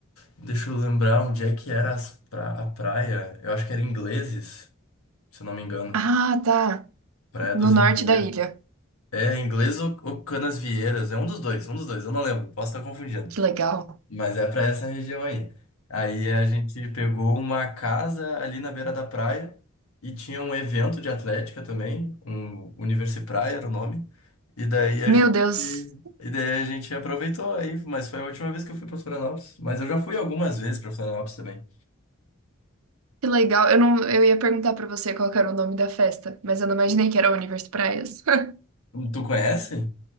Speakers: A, on the left (about 85°); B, on the right (about 80°).
A: Deixa eu lembrar onde é que era as pra- a praia. Eu acho que era Ingleses, se eu não me engano.
B: Ah, tá.
A: Praia
B: No
A: dos
B: norte
A: Ingleses.
B: da ilha.
A: É, Inglês ou, ou Canas Vieiras. É um dos dois, um dos dois, eu não lembro, posso estar confundindo.
B: Que legal.
A: Mas é para essa região aí. Aí a gente pegou uma casa ali na beira da praia e tinha um evento de atlética também, um Universi Praia era o nome. E daí a
B: Meu
A: gente
B: Deus,
A: e daí a gente aproveitou aí, mas foi a última vez que eu fui para Florianópolis, mas eu já fui algumas vezes para Florianópolis também.
B: que legal. Eu não, eu ia perguntar pra você qual que era o nome da festa, mas eu não imaginei que era Universo Praias. <laughs>
A: Tu conhece?